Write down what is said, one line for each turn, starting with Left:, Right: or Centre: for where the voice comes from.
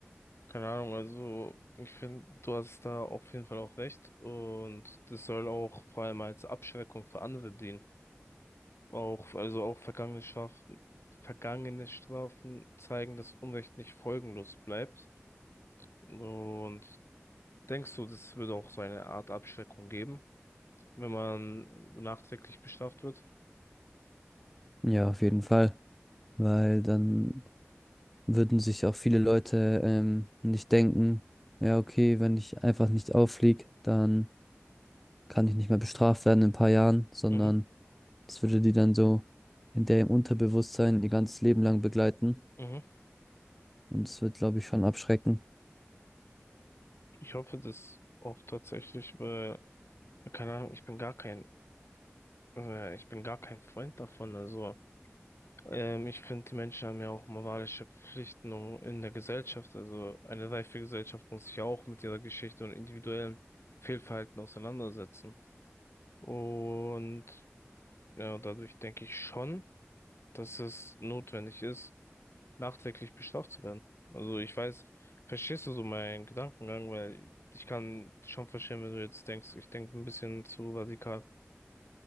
Left: keine Ahnung. Also, ich finde, du hast da auf jeden Fall auch recht. Und das soll auch vor allem als Abschreckung für andere dienen. Auch, also auch vergangene Strafen, vergangene Strafen zeigen, dass Unrecht nicht folgenlos bleibt. Und denkst du, das würde auch so eine Art Abschreckung geben, wenn man nachträglich bestraft wird?
Centre: Ja, auf jeden Fall, weil dann würden sich auch viele Leute ähm, nicht denken, ja, okay, wenn ich einfach nicht auffliege, dann kann ich nicht mehr bestraft werden in ein paar Jahren, sondern
Left: Mhm,
Centre: das würde die dann so in der im Unterbewusstsein ihr ganzes Leben lang begleiten
Left: mhm.
Centre: und es wird, glaube ich, schon abschrecken.
Left: Ich hoffe das auch tatsächlich, weil, keine Ahnung, ich bin gar kein, äh, ich bin gar kein Freund davon. Also Ähm, ich finde, die Menschen haben ja auch moralische Pflichten um- in der Gesellschaft. Also eine reife Gesellschaft muss sich ja auch mit ihrer Geschichte und individuellen Fehlverhalten auseinandersetzen. Und ja, dadurch denke ich schon, dass es notwendig ist, nachträglich bestraft zu werden. Also ich weiß, verstehst du so meinen Gedankengang, weil ich kann schon verstehen, wenn du jetzt denkst, ich denke ein bisschen zu radikal.